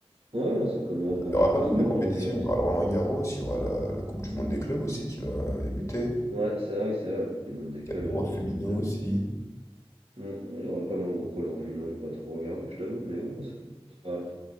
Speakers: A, on the right; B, on the left.
A: Ouais, ça commence dans
B: Il
A: quelques
B: y aura pas mal
A: semaines,
B: de compétitions.
A: Roland-Garros.
B: Il y aura le Roland-Garros, il y aura la, la Coupe du Monde des clubs aussi qui va débuter.
A: Ouais, c'est vrai, oui, c'est vrai, la Coupe du Monde des
B: Il
A: clubs,
B: y a l'Euro
A: j'avais
B: féminin
A: hein, j'avais
B: aussi.
A: oublié. Bon, ouais, il y aura pas mal de après le féminin, j'ai pas trop regardé, je t'avoue, mais oui, non, ça sera-